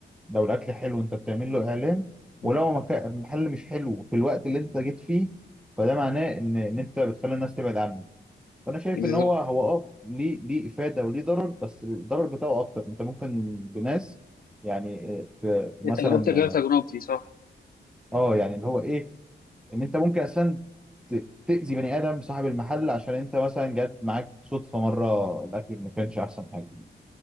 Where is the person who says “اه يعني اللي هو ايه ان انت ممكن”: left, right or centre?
Centre